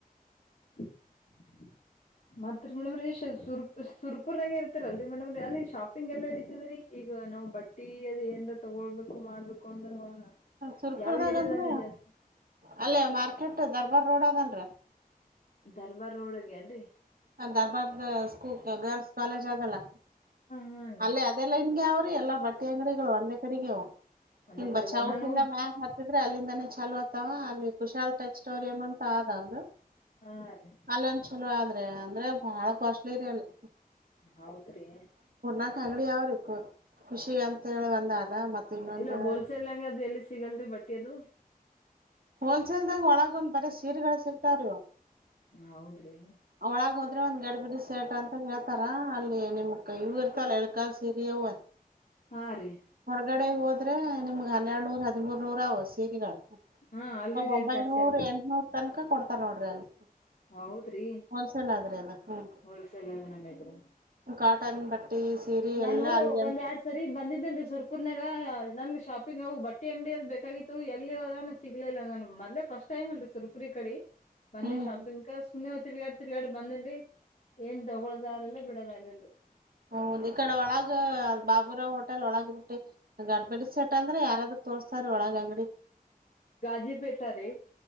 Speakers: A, on the left; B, on the right.
A: <inaudible> ಮತ್ತ್ ರೀ ಮೇಡಂ ರೀ ಸುರಪುರ ದಾಗ ಇರ್ತೀರಲ್ಲರೀ ಮೇಡಂ ರೀ ಅಲ್ಲಿ ಶಾಪಿಂಗ್ ಎಲ್ಲಿ ನಡೀತಾದ್ರಿ ಈಗ ನಾವು. ನಾವು ಬಟ್ಟಿ ಅದ ಏನ್ ತಗೊಳ್ಬೇಕು ಮಾಡ್ಬೇಕು. ಕುಂದ್ರು ಬಾ
B: ಸುರ್ಪುರ್ದಾಗ
A: ಯಾವ್ ಎರಿಯದಾಗ
B: ಅಂದ್ರ
A: ಜಾಸ್ತಿ.
B: ಅಲ್ಲೇ ಮಾರ್ಕೆಟ್ ದರ್ಬಾರ್ ರೋಡ್ ಅದಲ್ರಿ.
A: ದರ್ಬಾರ್ ರೋಡ್ಗೆ ಏನ್ರಿ.
B: ಹ ದರ್ಬಾರ್ ಸ್ಕೂಲ್ ಗರ್ಲ್ಸ್ ಕಾಲೇಜ್ ಅದಲ್ಲ.
A: ಹಾ ಹಾ
B: ಅಲ್ಲೇ
A: ರೀ
B: ಅದೇ ಲೈನ್ಗೆ ಅವ್ರಿ ಎಲ್ಲಾ ಬಟ್ಟೆ ಅಂಗಡಿಗಳು ಒಂದೇ ಕಡೆಗೆ ಅವು.
A: ಒಂದೇ
B: ನಿಮ್
A: ಕಡೆಗ
B: <inaudible> ಚಾಕಿಂದ
A: ನಾನು
B: ಮ್ಯಾಗ್ ಹಾತ್ತಿದ್ರೆ ಅಲ್ಲಿಂದಾನೇ ಚಾಲು ಆತ್ತಾವ ಅಲ್ಲಿ. ಕುಶಾಲ್ ಟೆಕ್ಸ್ಟೋರಿಯಂ ಅಂತ ಆದ ಒದು
A: ಹಾ ರೀ
B: ಅಲ್ಲಂದ ಚಲೋ ಆದ. ಅದೇ ಅಂದ್ರೆ ಬಹಳ ಕಾಸ್ಟ್ಲಿ ರೀ ಅಲ್ಲಿ.
A: ಹೌದ್ರೀ
B: ನಕ ಅಂಗಡಿ ಯಾವ್ರ ಖುಷಿ ಅಂತ ಹೇಳಿ ಒಂದ ಅದ ಮತ್ತ ಇನ್ನೊಂದು.
A: ಇಲ್ಲ ಹೋಲ್ಸೇಲ್ಗ ಅದು ಎಲ್ಲಿ ಸಿಗಲ್ರಿ ಬಟ್ಟೆದು.
B: ಹೋಲ್ಸೇಲ್ದಾಗ ಒಳಗ ಒಂದ್ ಬರ ಸೀರೆಗಳ ಸಿಗ್ತಾವ್ರೀ.
A: ಹೌದ್ರಿ
B: ಅವಳಗೆ ಹೋದ್ರೆ ಒಂದ್ ಗಡ್ ಬಿಡ್ ಸೇಟ್ ಅಂತ ಹೇಳ್ತಾರ ಅಲ್ಲಿ ನಿಮ. ಇವು ಇರತಾವಲ್ಲ ಇಲಕಲ್ಲ ಸಿರಿ ಅವು.
A: ಹಾ ರೀ.
B: ಹೊರಗಡೆ ಹೋದ್ರೆ ನಿಮ್ಗ್ ಹನ್ನೆರಡು ನೂರ್ ಹದಿಮೂರ್ ನೂರ ಅವ ಸೀರೆಗಳು.
A: ಹಾ ಅಲ್ಲಿ
B: ಅವ್ರ
A: ರೇಟ್
B: ಒಂಬೈನೂರ್
A: ಜಾಸ್ತಿ ಅವ್ರಿ
B: ಎಂಟನೂರ್ ತನಕ ಕೊಡ್ತಾರ್ ನೋಡ್ರಿ ಅಲ್ಲಿ.
A: ಹೌದ್ರಿ
B: ಹೋಲ್ಸೇಲ್ ಆದ್ರೆ ಅದ ಹ್ಮ್.
A: ಹೋಲ್ಸೇಲ್ ನಂಗೈತ್ರಿ
B: ಕಾಟನ್ ಬಟ್ಟಿ ಸೀರಿ
A: ನಾನು
B: ಎಲ್ಲಾ ಅಲ್ಲಿ ಅಲ್ಲಿ
A: ಒಂದ್ ಎರಡ್ ಸರಿ ಬಂದಿದ್ದೇನ್ರಿ ಸುರಪು ಪೂರ್ನಾಗ ನನ್ಗೆ ಶಾಪಿಂಗ್ ಹೋಗ ಬಟ್ಟೆ ಅಂಗಡಿ ಅದು ಬೇಕಾಗಿತ್ತು ಎಲ್ಲಿ ಹದ ಸಿಗ್ಲಿಲ್ಲ ನನ್ಗೆ ಮೊದ್ಲೇ ಫಸ್ಟ್. ಟೈಮ ಅಲ್ರೀ ಸುರಪುರಿ ಕಡೆ. ಬಂದಿ
B: ಹ್ಮ್
A: ಶಾಪಿಂಗ್ ಕ ಸುಮ್ಮನೆ ತಿರ್ಗಾಡ್ ತಿರ್ಗಾಡ್ ಬಂದಿಲ್ರಿ ಏನ್ ತೊಗೊಳದಲಿಲ್ಲ. <unintelligible>
B: ಹದ್ ಈ ಕಡೆ ಒಳಗ ಬಾಬುರಾವ್ ಹೋಟೆಲ್ ಒಳಗ ರರುಟ್ಟಿ ಗಂಡಪೇಡಿ ಸೆಟ್ ಅಂದ್ರೆ ಯಾರಾದೂ. ತೋರ್ಸ್ತಾರೆ ಒಳಗ ಅಂಗಡಿ.
A: ಗಾಜಿಪೇಟ ರೀ.